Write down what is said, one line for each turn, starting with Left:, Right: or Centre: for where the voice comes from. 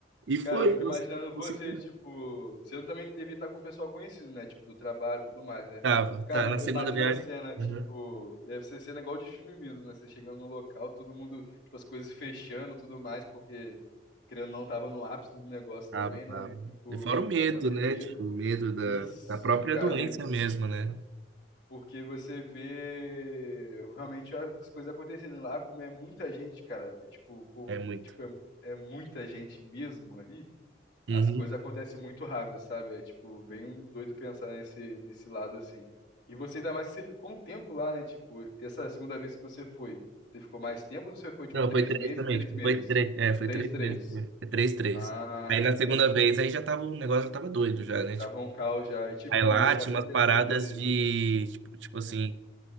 Right: E foi,
Left: Cara, eu fico
Right: você,
Left: imaginando
Right: você
Left: você,
Right: que não.
Left: tipo, você não também devia estar com o pessoal conhecido, né? Tipo, do trabalho e tudo mais, né?
Right: Tava,
Left: Cara,
Right: tá,
Left: mas
Right: na
Left: eu
Right: segunda
Left: imagino
Right: viagem.
Left: a cena, tipo,
Right: Uhum.
Left: deve ser cena igual de filme mesmo, né? Você chegando no local, todo mundo, tipo, as coisas fechando e tudo mais, porque, querendo ou não, tava no ápice do negócio também,
Right: Tava, tava.
Left: né? E, tipo,
Right: E fora o medo,
Left: da pandemia.
Right: né? Tipo, o medo da,
Left: E sim,
Right: da própria
Left: cara,
Right: doença
Left: eu-
Right: mesmo, né?
Left: porque você vê realmente as coisas acontecendo E lá, como é muita gente, cara. É, tipo, por,
Right: É muito.
Left: tipo, é é muita gente mesmo ali
Right: Uhum.
Left: as coisas acontecem muito rápido, sabe? É tipo bem doido pensar nesse nesse lado assim. E você ainda mais que você ficou um tempo lá, né? Tipo, essa segunda vez que você foi, você ficou mais tempo ou você foi tipo
Right: Não,
Left: três
Right: foi três
Left: meses?
Right: também,
Left: Três
Right: tipo,
Left: meses.
Right: foi três, é, foi
Left: Três,
Right: três
Left: três.
Right: vezes. É três, três.
Left: Ah,
Right: Aí na
Left: entendi.
Right: segunda vez, aí já tava, o negócio já tava doido já, né?
Left: Tava
Right: Tipo,
Left: um caos já. E tipo,
Right: Aí lá tinha
Left: essa
Right: umas
Left: questão
Right: paradas
Left: de.
Right: de, tipo, tipo assim,
Left: Hum,